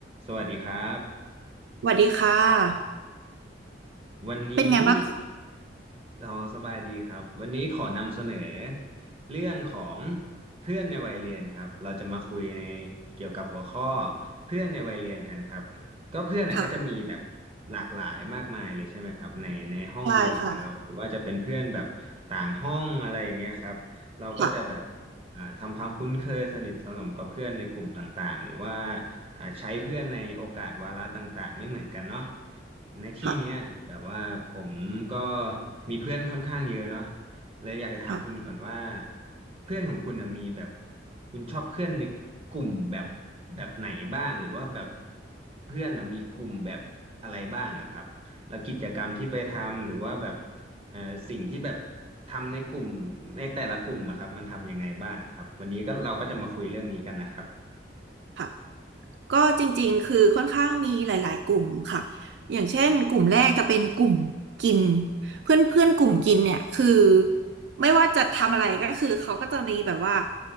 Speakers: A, on the right; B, on the right.
A: สวัสดีครับ
B: สวัสดีค่ะ
A: วันนี้
B: เป็นไงบ้างคะ
A: เราสบายดีครับวันนี้ขอนำเสนอเรื่องของเพื่อนในวัยเรียนครับเราจะมาคุยในเกี่ยวกับหัวข้อเพื่อนในวัยเรียนกันครับก็เพื่อนน่ะก็จะมีแบบ
B: ค่ะ
A: หลากหลายมากมายเลยใช่ไหมครับในในห้องเรียนของเราหรือว่าจะเป็นเพื่อนแบบต่างห้องอะไรอย่างเงี้ยครับเราก็จะแบบ
B: ใช่ค่ะ ค่ะ
A: อ่าทำความคุ้นเคยสนิทสนมกับเพื่อนในกลุ่มต่างๆหรือว่า อ่าใช้เพื่อนในโอกาสวาระต่างๆไม่เหมือนกันเนาะในที่เนี้ยแบบว่าผมก็
B: ค่ะ
A: มีเพื่อนค่อนข้างเยอะเนาะเลยอยากจะถามคุณก่อนว่า
B: ค่ะ
A: เพื่อนของคุณน่ะมีแบบคุณชอบเพื่อนในกลุ่มแบบแบบไหนบ้างหรือว่าแบบเพื่อนน่ะมีกลุ่มแบบอะไรบ้างอะครับแล้วกิจกรรมที่ไปทำหรือว่าแบบเอ่อสิ่งที่แบบทำในกลุ่มในแต่ละกลุ่มอะครับมันทำยังไงบ้างครับวันนี้ก็เราก็จะมาคุยเรื่องนี้กันนะครับ
B: ค่ะ ก็จริงๆคือค่อนข้างมีหลายๆกลุ่มค่ะอย่างเช่นกลุ่มแรกจะเป็นกลุ่มกินเพื่อนเพื่อนกลุ่มกินเนี่ยคือไม่ว่าจะทำอะไรก็คือเขาก็จะมีแบบว่า